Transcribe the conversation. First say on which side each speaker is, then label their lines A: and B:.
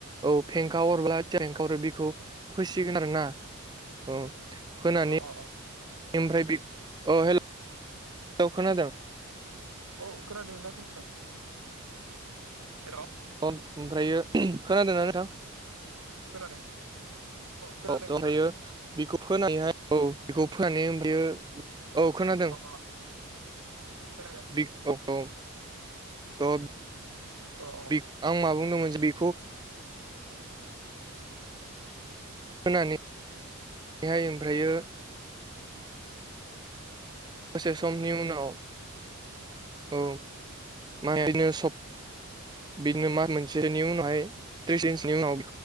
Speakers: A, on the right (about 20°); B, on the right (about 85°).
A: औ फेंखा हरब्ला जे ओंखारो बेखौ फोसिगोन आरो ना। औ फोनानै
B: अ अ
A: ओमफ्राय बि अ' हेल' खोनादों?
B: औ खोनादों नोंथां खोनादों। हेल'।
A: ओमफ्रायो खोनादोंना नोंथां?
B: खोनादों। खोनादों
A: औ थ'
B: खोनादों
A: आमफायो बेखौ फोनानैहाय औ बेखौ फोनानै बेयो औ खोनादों
B: अ अ खोनादों
A: बि औ औ थ'
B: अ अ
A: बि आं मा बुंदोंमोन बिखौ फोनानै हाय ओमफ्रायो दसे समनि उनाव औ <unintelligible> बिदिनो मास मोनसेनि उनावहाय थ्रिस इन्सनि उनाव